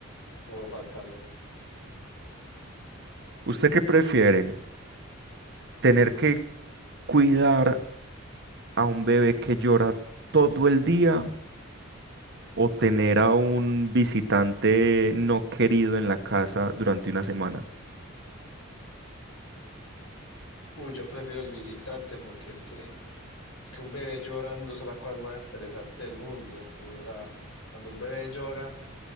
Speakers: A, on the left (about 65°); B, on the right (about 55°).
A: o pantalón.
B: ¿Usted qué prefiere? ¿Tener que cuidar a un bebé que llora todo el día o tener a un visitante no querido en la casa durante una semana?
A: Uy, yo prefiero el visitante porque es que es que un bebé llorando es la cosa más estresante del mundo. O sea, cuando un bebé llora,